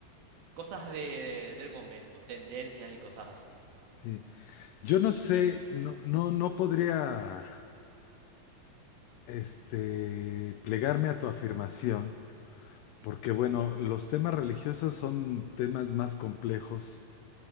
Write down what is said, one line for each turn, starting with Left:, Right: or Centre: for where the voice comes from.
Right: cosas de, del momento, tendencias y cosas así.
Left: sí. Yo no sé, no, no, no podría, este, plegarme a tu afirmación,
Right: Ujú.
Left: porque bueno, los temas religiosos son temas más complejos